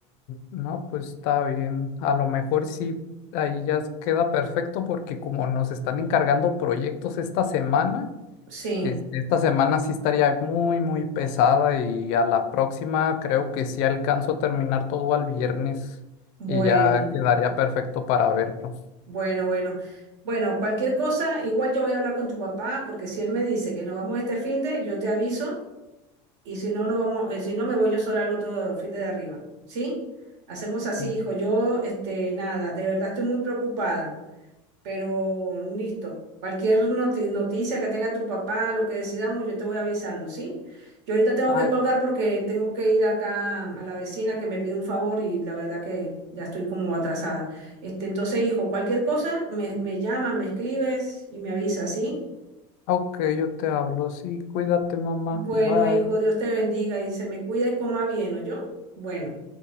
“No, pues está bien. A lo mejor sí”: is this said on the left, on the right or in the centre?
Left